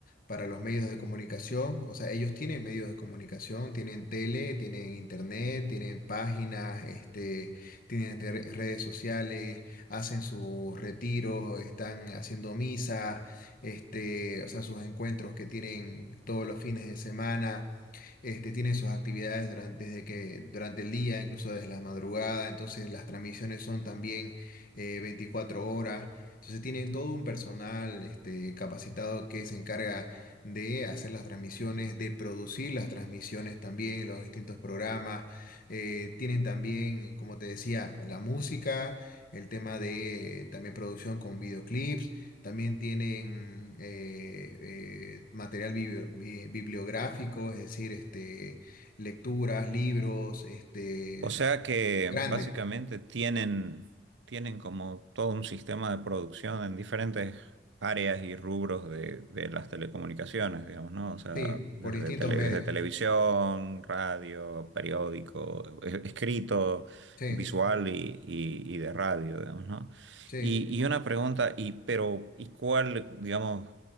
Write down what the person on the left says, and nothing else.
para los medios de comunicación. O sea, ellos tienen medios de comunicación, tienen tele, tienen internet, tienen páginas, este, tienen re- redes sociales, hacen sus retiros, están haciendo misa, este, o sea, sus encuentros que tienen todos los fines de semana. Este, tienen sus actividades durante, desde que, durante el día, incluso desde la madrugada, entonces las transmisiones son también eh, 24 horas. Entonces tienen todo un personal este, capacitado que se encarga de hacer las transmisiones, de producir las transmisiones también, los distintos programas. Eh, tienen también, como te decía, la música, el tema de eh, también producción con videoclips. También tienen eh, eh, material bibli- bi- bibliográfico, es decir, este, lecturas, libros, este,
grandes,
sí,
por distintos
medios.
Sí,
sí.